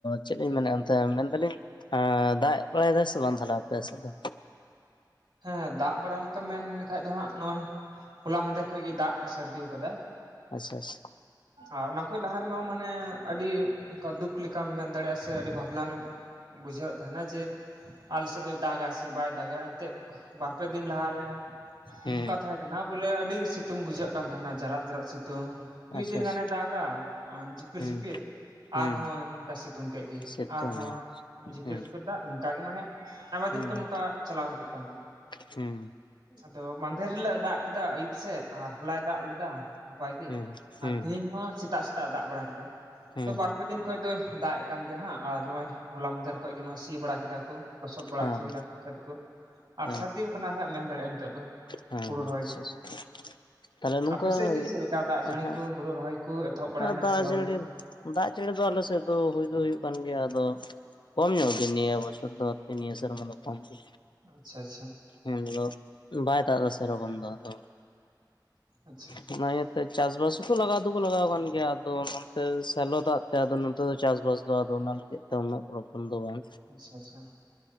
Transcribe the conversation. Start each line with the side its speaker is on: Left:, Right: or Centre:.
Left: ᱪᱮᱫ ᱞᱤᱧ ᱢᱮᱱᱮᱫᱼᱟ ᱚᱱᱛᱮ ᱢᱮᱱ ᱫᱟᱞᱤᱧ ᱦᱮᱸ ᱫᱟᱜ ᱵᱟᱲᱟᱭ ᱫᱟᱭ ᱥᱮ ᱵᱟᱝ ᱛᱟᱦᱞᱮ ᱟᱯᱮ ᱥᱮᱫ ᱫᱚ?
Right: ᱦᱮᱸ ᱫᱟᱜ ᱵᱟᱲᱟ ᱞᱮᱠᱟᱢ ᱢᱮᱱ ᱞᱮᱠᱷᱟᱡ ᱫᱚ ᱦᱟᱸᱜ ᱱᱚᱜᱼᱚᱭ ᱦᱚᱞᱟ ᱢᱟᱫᱷᱮᱨ ᱠᱷᱚᱡ ᱜᱮ ᱫᱟᱜ ᱥᱟᱹᱨᱫᱤ ᱟᱠᱟᱫᱟᱭ᱾
Left: ᱟᱪᱷᱟ ᱟᱪᱷᱟ᱾
Right: ᱟᱨ ᱚᱱᱟ ᱠᱷᱚᱡ ᱞᱟᱦᱟ ᱨᱮᱢᱟ ᱢᱟᱱᱮ ᱟᱹᱰᱤ ᱚᱱᱠᱟ ᱫᱩᱠ ᱞᱮᱠᱟᱢ ᱢᱮᱱ ᱫᱟᱲᱮᱭᱟᱜᱼᱟ ᱥᱮ ᱟᱹᱰᱤ ᱵᱷᱟᱵᱽᱱᱟ ᱞᱮ ᱵᱩᱡᱷᱟᱹᱣᱮᱫ ᱛᱟᱦᱮᱱᱟ ᱡᱮ ᱟᱞᱮ ᱥᱮᱫ ᱫᱚ ᱫᱟᱜᱟᱭ ᱥᱮ ᱵᱟᱭ ᱫᱟᱜᱟᱭ ᱮᱱᱛᱮ, ᱵᱟᱨ ᱯᱮ ᱫᱤᱱ ᱞᱟᱦᱟᱨᱮᱢᱼᱼ
Left: ᱦᱩᱸ
Right: ᱱᱚᱝᱠᱟ ᱛᱟᱦᱮᱸ ᱠᱟᱱᱟ ᱵᱚᱞᱮ ᱟᱹᱰᱤ ᱜᱮ ᱥᱤᱛᱩᱝ ᱵᱩᱡᱷᱟᱹᱜ ᱠᱟᱱ ᱛᱟᱦᱮᱱᱟ ᱡᱟᱨᱟᱜ ᱡᱟᱨᱟᱜ ᱥᱤᱛᱩᱝ᱾ ᱢᱤᱫ
Left: ᱟᱪᱪᱷᱟ
Right: ᱫᱤᱱ
Left: ᱟᱪᱪᱷᱟ
Right: ᱜᱟᱱᱮ ᱫᱟᱜᱟ ᱡᱤᱯᱤᱨ
Left: ᱦᱩᱸ
Right: ᱡᱤᱯᱤᱨ,
Left: ᱦᱩᱸ
Right: ᱟᱨᱦᱚᱸ ᱚᱱᱠᱟ ᱥᱤᱛᱩᱝ ᱠᱮᱫ ᱜᱮ
Left: ᱥᱤᱛᱩᱝ
Right: ᱟᱨᱦᱚᱸ ᱡᱷᱤᱯᱤᱨ
Left: ᱟᱭ
Right: ᱡᱷᱤᱯᱤᱨ ᱫᱟᱜ ᱱᱚᱝᱠᱟᱜᱮ ᱟᱭᱢᱟ ᱫᱤᱱ
Left: ᱦᱮᱸ
Right: ᱠᱷᱚᱱ ᱱᱚᱝᱠᱟ ᱪᱟᱞᱟᱣ ᱦᱤᱡᱩᱜ ᱠᱟᱱᱟ᱾ <unintelligible>
Left: ᱦᱩᱸ
Right: ᱟᱫᱚ ᱢᱟᱫᱷᱮᱨ ᱦᱤᱞᱚᱹᱜ-ᱮ ᱫᱟᱜ ᱠᱮᱫᱟ ᱟᱹᱭᱩᱵ ᱥᱮᱜ ᱟᱨ ᱦᱚᱞᱟᱭ ᱫᱟᱜ ᱞᱮᱫᱟ᱾ ᱱᱟᱯᱟᱭ ᱜᱮ
Left: ᱦᱩᱸ ᱦᱩᱸ
Right: ᱟᱨ ᱛᱮᱦᱮᱧ ᱦᱚᱸ ᱥᱮᱛᱟᱜ ᱥᱮᱛᱟᱜ-ᱮ ᱫᱟᱜ ᱵᱟᱲᱟ ᱠᱮᱫᱟ
Left: ᱦᱩᱸ
Right: ᱛᱚ ᱵᱟᱨᱯᱮ ᱫᱤᱱ ᱠᱷᱚᱡ ᱫᱚᱭ ᱫᱟᱜ-ᱮ᱾ ᱠᱟᱱ ᱜᱮ ᱦᱟᱸᱜ ᱟᱨ ᱱᱚᱜᱼᱚᱭ ᱦᱚᱞᱟ ᱢᱟᱦᱫᱷᱮᱨ ᱠᱷᱚᱡ ᱜᱮ ᱱᱚᱣᱟ ᱥᱤ ᱵᱟᱲᱟ ᱠᱮᱫᱟ ᱠᱩ ᱞᱚᱥᱚᱫ ᱵᱟᱲᱟ
Left: ᱦᱩᱸ
Right: ᱦᱩᱪᱚ ᱠᱮᱫᱟ ᱠᱚ ᱠᱷᱮᱛ ᱠᱩ᱾ ᱟᱨ
Left: ᱦᱮᱸ
Right: ᱥᱟᱨᱫᱤᱣ ᱠᱟᱱᱟ ᱦᱟᱸᱜ ᱢᱮᱱ ᱫᱟᱲᱮᱭᱟᱜᱼᱟ ᱱᱤᱛᱚᱜ ᱫᱚ᱾
Left: ᱦᱮᱸ
Right: ᱦᱩᱲᱩ ᱨᱚᱦᱚᱭ
Left: ᱦᱮᱸ <unintelligible>
Right: ᱫᱚ
Left: ᱛᱟᱦᱞᱮ ᱱᱚᱝᱠᱟ
Right: ᱟᱯᱮ ᱥᱮᱫ ᱜᱮ ᱪᱮᱫ ᱞᱮᱠᱟ ᱫᱟᱜ ᱡᱟᱹᱲᱤ
Left: ᱮᱦᱮᱜᱸ
Right: ᱠᱚ ᱦᱩᱲᱩ ᱨᱚᱦᱚᱭ ᱠᱚ ᱮᱛᱚᱦᱚᱵ ᱵᱟᱲᱟᱭᱮᱱᱟ
Left: ᱟᱨ ᱫᱟᱜ
Right: ᱥᱮ ᱟᱹᱣᱨᱤ?
Left: ᱡᱟᱹᱲᱤ ᱫᱚ ᱫᱟᱜ ᱡᱟᱹᱲᱤ ᱫᱚ ᱟᱞᱮ ᱥᱮᱫ ᱫᱚ ᱦᱩᱭ ᱫᱚ ᱦᱩᱭᱩᱜ ᱠᱟᱱ ᱜᱮᱭᱟ ᱟᱫᱚ, ᱠᱚᱢ ᱧᱚᱜ ᱜᱮ ᱱᱤᱭᱟᱹ ᱵᱚᱪᱷᱚᱨ ᱫᱚ ᱟᱹᱨᱠᱤ ᱱᱤᱭᱟᱹ ᱥᱮᱨᱢᱟ ᱢᱟᱱᱮ ᱠᱚᱢ ᱜᱮ᱾
Right: ᱟᱪᱪᱷᱟ ᱟᱪᱪᱷᱟ᱾
Left: <unintelligible> ᱵᱟᱭ ᱫᱟᱜ ᱫᱟ ᱥᱮᱨᱚᱠᱚᱢ ᱫᱚ ᱟᱫᱚ᱾
Right: ᱟᱪᱪᱷᱟ
Left: <unintelligible> ᱛᱮ ᱪᱟᱥ ᱵᱟᱥ ᱦᱩᱸᱠᱚ ᱞᱟᱜᱟᱣ ᱫᱚᱠᱚ ᱞᱟᱜᱟᱣ ᱟᱠᱟᱱ ᱜᱮᱭᱟ ᱟᱫᱚ ᱱᱚᱱᱛᱮ ᱥᱮᱞᱚ ᱫᱟᱜ ᱛᱮ ᱟᱫᱚ ᱱᱚᱛᱮ ᱫᱚ ᱪᱟᱥ ᱵᱟᱥ ᱫᱚ ᱟᱫᱚ ᱚᱱᱟ ᱛᱮᱛ ᱛᱮ ᱩᱱᱚᱹᱜ <unintelligible> ᱫᱚ ᱵᱚᱱ᱾
Right: ᱟᱪᱪᱷᱟ ᱟᱪᱪᱷᱟ,